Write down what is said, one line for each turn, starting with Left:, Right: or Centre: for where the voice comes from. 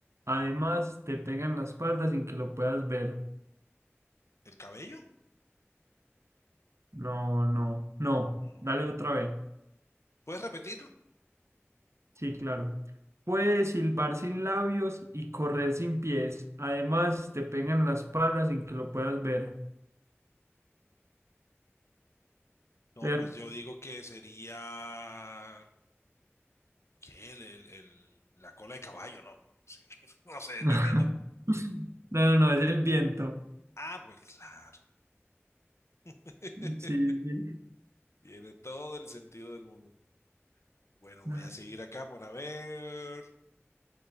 Right: Además, te pegan la espalda sin que lo puedas ver.
Left: ¿El cabello?
Right: No, no, no.
Left: No.
Right: Dale otra vez.
Left: ¿Puedes repetirlo?
Right: Sí, claro. Puedes silbar sin labios y correr sin pies. Además, te pegan la espalda sin que lo puedas ver.
Left: No,
Right: Ter-
Left: pues yo digo que sería... ¿Qué? El, el- el- la cola de caballo, no, no sé. <laughs> No sé,
Right: <laughs>
Left: me rindo.
Right: No, no, no, es el viento.
Left: Ah, pues claro. <laughs>
Right: Sí, sí.
Left: Tiene todo el sentido del mundo. Bueno,
Right: Da-
Left: voy a seguir acá por a ver.